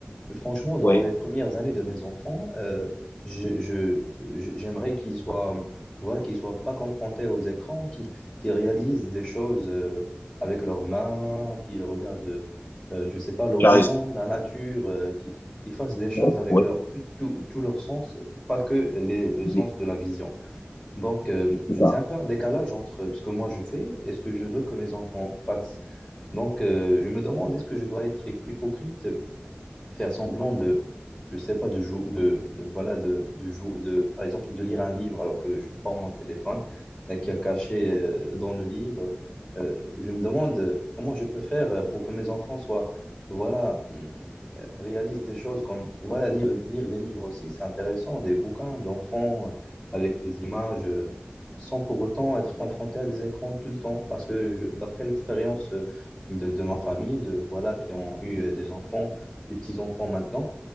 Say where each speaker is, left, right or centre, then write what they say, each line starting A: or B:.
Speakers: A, on the left; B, on the left.
A: Franchement, dans
B: Oui.
A: les premières années de mes enfants, euh, je, je- je- j'aimerais qu'ils soient, voilà, qu'ils soient pas confrontés aux écrans, qu'ils qu'ils réalisent des choses euh, avec leurs mains, qu'ils regardent, euh, je sais pas, l'horizon,
B: Tu as raison.
A: la nature, euh, qu'ils qu'ils fassent des choses
B: Oui,
A: avec leur, tout, tout, tout leur sens, pas que les- le
B: oui,
A: sens de la vision. Donc, euh,
B: c'est ça.
A: c'est un peu un décalage entre ce que moi je fais et ce que je veux que mes enfants fassent. Donc, euh, je me demande, est-ce que je dois être hy- hypocrite? faire semblant de, je sais pas, de jouer, de, de- voilà, de, de jou- de, par exemple, de lire un livre alors que je prends mon téléphone euh, qui est caché euh, dans le livre. Euh, je me demande euh, comment je peux faire euh, pour que mes enfants soient, voilà, hum, euh, réalisent des choses comme, voilà, lire, lire des livres aussi, c'est intéressant, des bouquins d'enfants euh, avec des images. euh, sans pour autant être confronté à des écrans tout le temps. Parce que je- d'après l'expérience euh, de, de ma famille, de, voilà, qui ont eu euh, des enfants des petits enfants maintenant,